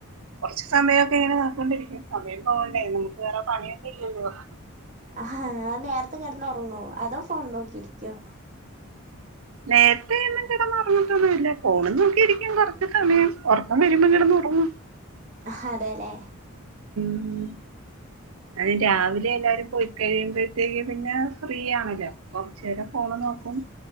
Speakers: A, on the right; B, on the right.
A: കൊറച്ച് സമയൊക്കെ ഇങ്ങനെ നൊക്കികൊണ്ടിരിക്കും സമയം പോകണ്ടേ നമുക്ക് വേറെ പണിയൊന്നും ഇല്ലല്ലോ?
B: ആഹ് നേരത്തെ കെടന്ന് ഒറങ്ങോ അതോ ഫോൺ നോക്കിയിരിക്കോ?
A: നേരത്തെ എന്നും കെടന്നൊറങ്ങത്തൊന്നുമില്ല ഫോണും നോക്കിയിരിക്കും കൊറച്ച് സമയം ഒറക്കം വരുമ്പോം കിട ഒറങ്ങൂം-
B: ആഹ് അതെല്ലേ-
A: മ് - അതും രാവിലെ എല്ലാരും പോയി- കഴിയുമ്പഴ്ത്തേക്ക് പിന്നെ ഫ്രീ ആണല്ലോ കൊറച്ച്നേരം ഫോണ് നോക്കും-